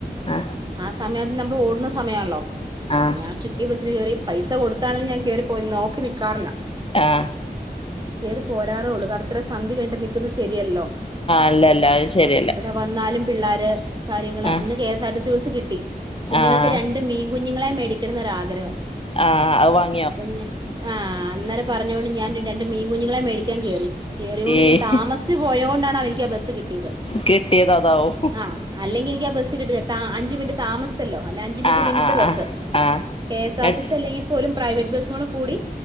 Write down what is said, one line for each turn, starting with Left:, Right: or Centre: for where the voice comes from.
Left: ആ
Right: ആ സമയത്ത് നമ്മള് ഓടുന്ന സമയാണല്ലോ
Left: ആ
Right: അപ്പൊ
Left: ആ
Right: ഞാൻ കിട്ടിയ ബസ് കേറി പൈസ കൊടുത്താണെലും ഞാൻ കേറിപ്പോയി നോക്കി നിക്കാറില്ല.
Left: ആ
Right: കയറി പോരാറോള്ളൂ, കാരണം ഇത്രയും സന്ധ്യ കഴിഞ്ഞിട്ട് നിക്കുന്നത് ശെരിയല്ലല്ലോ
Left: അല്ലല്ല അത് ശരിയല്ല
Right: ഇവിടെ വന്നാലും പിള്ളാര് കാര്യങ്ങള്
Left: ആഹ്
Right: ഇന്ന് K S R T C bus കിട്ടി. കുഞ്ഞുങ്ങൾക്ക്
Left: ആഹ്
Right: രണ്ട് മീൻ കുഞ്ഞുങ്ങളെ മേടിക്കണന്നൊരാഗ്രഹം.
Left: ആഹ് അത് വാങ്ങ്
Right: അപ്പ ആ അന്നേര പറഞ്ഞോണ്ട് ഞാൻ രണ്ട് മീൻ കുഞ്ഞുങ്ങളെ മേടിക്കാൻ കേറി. കേറിയൊണ്ട്
Left: ഏയ്
Right: ഞാൻ താമസിച്ചു പോയൊണ്ടാണ് അവര്ക്ക് ആ ബസ്സ് കിട്ടിയത്.
Left: കിട്ടിയത് അതാവും
Right: ആഹ് അല്ലെങ്കി എനിക്ക് ആ ബസ്സ് കിട്ടില്ല താ അഞ്ച് മിനിറ്റ് താമസി ല്ലോ അല്ല അഞ്ച് മിനിറ്റ്
Left: ആഹ്
Right: പിന്നിത്തെ
Left: ആഹ്
Right: ബസ്,
Left: ആഹ് ആഹ്
Right: കെ എസ് ആർ
Left: എട്ട്
Right: ടി സി അല്ലെങ്കി പോലും പ്രൈവറ്റ് ബസ്സുടെ കൂടി